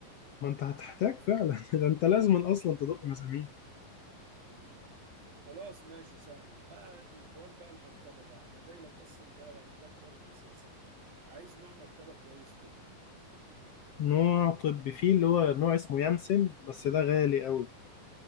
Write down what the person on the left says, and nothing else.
ما انت هتحتاج فعلا <laughs> ده انت لازم اصلا تدق مسامير
نوع طبي فيه اللي هو نوع اسمه يانسن بس ده غالي قوي